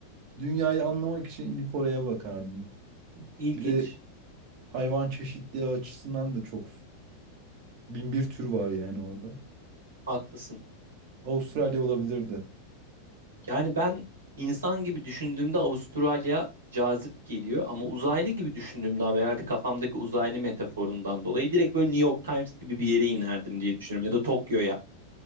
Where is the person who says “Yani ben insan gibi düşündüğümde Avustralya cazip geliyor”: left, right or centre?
Right